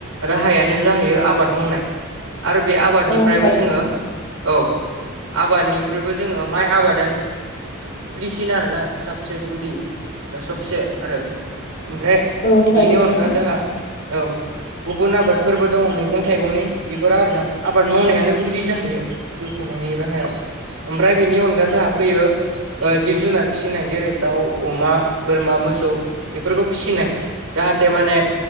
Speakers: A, on the right; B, on the left.
A: राहायानो जाहै आबाद मावनाय आरो बे आबादनिफ्रायबो
B: औ थारैनो
A: जोङो औ आबादनिख्रुइबो जोङो माइ आबादानो गुदिसिन आरोना सबसे गुदि सबसे आरो ओमफ्राय
B: औ थारैनो
A: बेनि अनगा जोंहा औ गुबुन आबादफोरबो दङ मैगं थाइगंनि बेफोरो आरोना आबाद मावनायानो गुदि जाहैयो। जिउ खुंनायनि राहायाव ओमफ्राय बेनि अनगा जोंहा फैयो जिब जुनार फिसिनाय जेरै दाउ अमा बोरमा मोसौ बेफोरखौ फिसिनाय जाहाथे माने